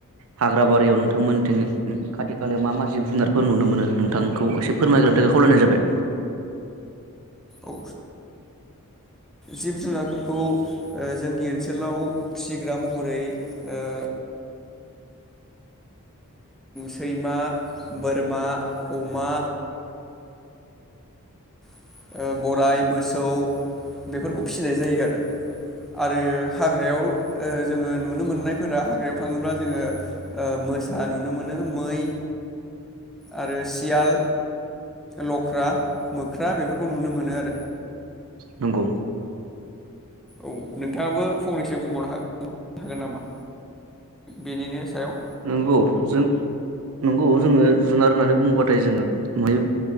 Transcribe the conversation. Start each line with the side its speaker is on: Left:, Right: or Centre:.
Right: हाग्रा बारियाव नोंथांमोनथिं खाथि खालायाव मा मा जिब जुनारफोर नुनो मोनो नोंथांखौ एसे फोरमायग्रोनो थाखाय खावलायनाय जाबाय।
Centre: ओ जिब जुनारफोरखौ ओ जोंनि ओनसोलाव फिसिग्रा मह रै ओ सैमा बोरमा अमा ओ गराइ मोसौ बेफोरखौ फिसिनाय जायो आरो आरो हाग्रायाव जोङो नुनो मोननायफोरा हाग्रायाव थाङोब्ला जोङो ओ मोसा नुनो मोनो मै आरो सियाल लख्रा मोख्रा बेफोर खौ नुनो मोनो आरो।
Right: नोंंगौ
Centre: औ नोंथाङाबो फंनैसो बुंबावनोनो हागोन नामा बेनिनो सायाव
Right: नंगौ जों नंगौ जोङो जुनार होननानै बुङोबाथाय जोङो बै